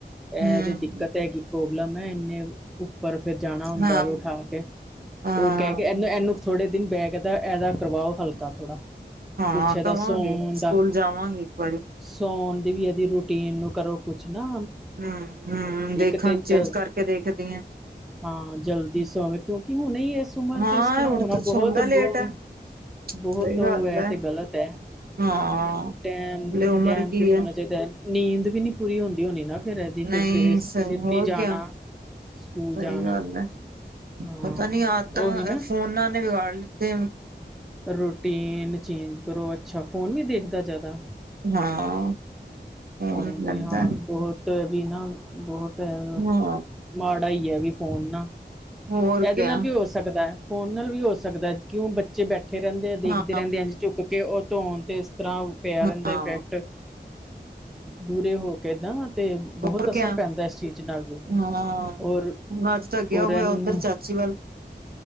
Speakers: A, in the centre; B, on the right.
A: ਐ
B: ਹੂੰ,
A: ਏਦੇ ਦਿੱਕਤ ਹੈਗੀ ਪ੍ਰੋਬਲਮ ਐ ਐਨੇ ਊ ਪਰ ਫਿਰ ਜਾਣਾ ਹੁੰਦਾ
B: ਹਾਂ,
A: ਵੀ ਉਠਾ ਕੇ,
B: ਹਾਂ।
A: ਓ ਕੈ ਕੇ ਐਨੂੰ ਐਨੂੰ ਥੋੜੇ ਦਿਨ ਬੈਗ ਦਾ ਐਦਾ ਕਰਵਾਓ ਹਲਕਾ ਥੋੜਾ।
B: ਹਾਂ
A: ਕੁਛ ਇਹਦਾ
B: ਕਵਾਂਗੇ
A: ਸੌਣ ਦਾ
B: ਸਕੂਲ ਜਾਵਾਂਗੇ ਇਕ ਵਾਰੀ।
A: ਸੌਣ ਦੀ ਵੀ ਏਦੀ ਰੂਟੀਨ ਨੂੰ ਕਰੋ ਕੁਛ ਨਾ।
B: ਹੂੰ-ਹੂੰ ਦੇਖਾਂ
A: ਇੱਕ ਤੇ ਜਲਦ
B: ਚੇਂਜ ਕਰਕੇ ਦੇਖਦੀ ਆਂ।
A: ਹਾਂ ਜਲਦੀ ਸੌਵੇਂ ਕਿਉਂਕਿ ਹੁਣੇ ਇਸ ਉਮਰ ਚ
B: ਹਾਂ
A: ਇਸ ਤਰਾਂ
B: ਉੱਠ
A: ਹੋਣਾ
B: ਤੇ ਸੌਦਾ
A: ਬਹੁਤ ਬੋ
B: ਲੇਟ ਹੈ
A: ਬਹੁਤ
B: ਸਹੀ
A: ਓ
B: ਗੱਲ
A: ਐ
B: ਹੈ
A: ਤੇ ਗਲ ਤੈ,
B: ਹਾਂ
A: ਟੈਮ,
B: ਹਲੇ ਉਮਰ
A: ਟੈਮ
B: ਕੀ
A: ਤੇ ਸੋਣਾ
B: ਹੈ
A: ਚਾਈਦਾ ਨੀਂਦ ਵੀ ਨੀ ਪੂਰੀ ਹੁੰਦੀ ਹੋਣੀ ਨਾ ਫੇਰ ਐਦੀ
B: ਨਹੀਂ
A: ਫੇਰ ਸਵੇਰੇ ਸ
B: ਸਹੀ
A: ਛੇਤੀ
B: ਹੋਰ
A: ਜਾਣਾ
B: ਕਿਆ
A: ਸਕੂਲ
B: ਸਹੀ
A: ਜਾਣਾ।
B: ਗੱਲ ਹੈ
A: ਹਾਂ
B: ਪਤਾ ਨੀ ਆਦਤਾਂ
A: ਉਹੀ ਨਾ
B: ਫੋਨਾਂ ਨੇ ਵੇਗਾ ਲੀਤੀ
A: ਰੂਟੀਨ ਚੇਂਜ ਕਰੋ ਅੱਛਾ ਫੂਨ ਨੀ ਦੇਖਦਾ ਜਾਦਾ?
B: ਹਾਂ ਫੋਨ
A: ਫੂਨ ਵੀ
B: ਲੈਂਦਾ
A: ਹਾਂ ਬਹੋ <unintelligible> ਵੀ ਨਾ ਬਹੁਤ ਐ,
B: ਹਾਂ
A: ਮਾੜਾ ਈ ਐ ਵੀ ਫੋਨ ਨਾ।
B: ਹੋਰ
A: ਐਦੇ
B: ਕਿਆ
A: ਨਾਲ ਵੀ ਹੋ ਸਕਦਾ ਐ, ਫੋਨ ਨਾਲ ਵੀ ਹੋ ਸਕਦਾ ਐ, ਕਿਉਂ ਬੱਚੇ ਬੈ ਬੈਠੇ ਰੈਂਦੇ ਦੇਖਦੇ
B: ਹਾਂ
A: ਰੈਂਦੇ ਆ ਇੰਝ ਝੁੱਕ ਕੇ ਓ ਧੋਣ ਤੇ ਇਸ ਤਰਾਂ ਪੇਆ
B: ਹਾਂ
A: ਰੈਂਦਾ ਈਫੈ ਕਟ ਦੂਊਰੇ ਹੋ ਕੇ ਏਦਾਂ ਤੇ ਬਹੁਤ
B: ਹੋਰ
A: ਅਸਰ
B: ਕਿਆ
A: ਪੈਂਦਾ ਇਸ ਚੀ ਜ਼ ਨਾਲ ਵੀ,
B: ਹਾਂ
A: ਔਰ
B: ਹੁਣ ਅੱਜ ਤਾਂ ਗਿਆ
A: ਔਰ ਰੈਨੂੰ
B: ਹੋਇਆ ਉੱਧਰ ਚਾਚੀ ਵੱਲ